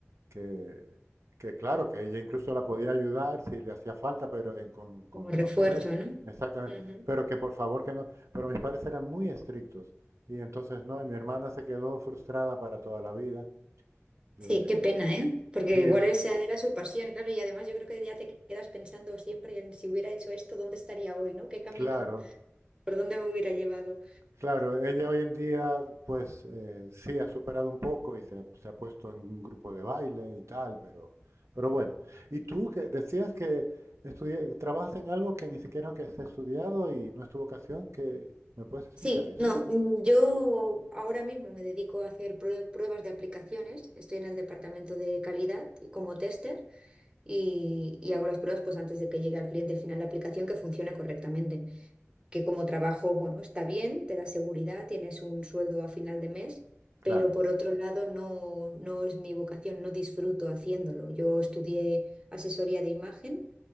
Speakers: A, on the right; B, on the right.
A: que, que claro, que ella incluso la podía ayudar si le hacía falta, pero en- con, con
B: Como refuerzo,
A: los deberes,
B: ¿no?
A: exactamente,
B: Ujú.
A: pero que por favor que no, pero mis padres eran muy estrictos y entonces no, y mi hermana se quedó frustrada para toda la vida, de,
B: Sí, qué pena, ¿eh? Porque
A: sí, de-
B: igual esa era su pasión, claro, y además yo creo que ya te quedas pensando siempre en si hubiera hecho esto, ¿dónde estaría hoy, ¿no? ¿Qué camino,
A: claro,
B: por dónde me hubiera llevado?
A: Claro, ella hoy en día, pues eh, sí, ha superado un poco y se ha, se ha puesto en un grupo de baile y tal, pero, pero bueno. Y tú que decías que estudi- trabajas en algo que ni siquiera que has estudiado y no es tu vocación, ¿qué? ¿me puedes explicar
B: Sí,
A: eso?
B: no, mm, yo ahora mismo me dedico a hacer prue- pruebas de aplicaciones, estoy en el departamento de calidad y como tester. y, y hago las pruebas pues antes de que llegue al cliente final la aplicación que funcione correctamente que como trabajo, bueno, está bien, te da seguridad, tienes un sueldo a final de mes,
A: Claro.
B: pero por otro lado no, no es mi vocación, no disfruto haciéndolo. Yo estudié asesoría de imagen,